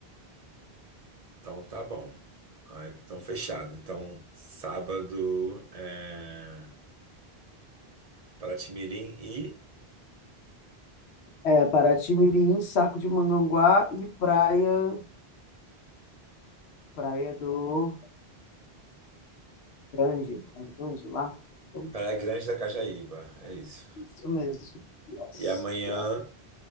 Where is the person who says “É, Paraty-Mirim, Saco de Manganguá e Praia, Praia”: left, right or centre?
Left